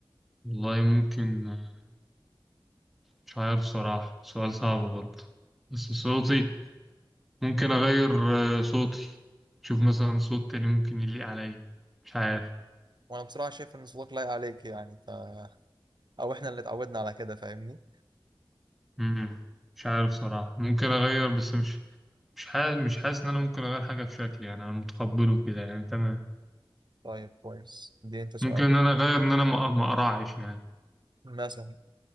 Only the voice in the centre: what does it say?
والله ممكن آه، مش عارف صراحة سؤال صعب برضه بس صوتي ممكن أغير آه، صوتي شوف مثلا صوت تاني ممكن يليق عليا مش عارف
مم. مش عارف صراحة ممكن أغير بس مش مش حاسس مش حاسس إن أنا ممكن أغير حاجة في شكلي يعني أنا متقبله كده يعني تمام
ممكن إن أنا أغير إن أنا ما ما أقرعش يعني